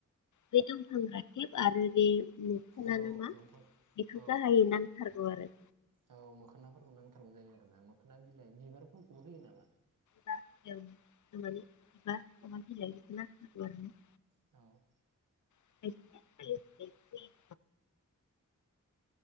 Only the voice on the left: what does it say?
बे दंफां आ। खेब आरो बे मोखोना
ना मा
बेखौ
गाहायै नांथारगौ आरो
जाखि जाया मोखोना बिलाइ बेफोरखौ नांथारगौ आरो ना?
<unintelligible>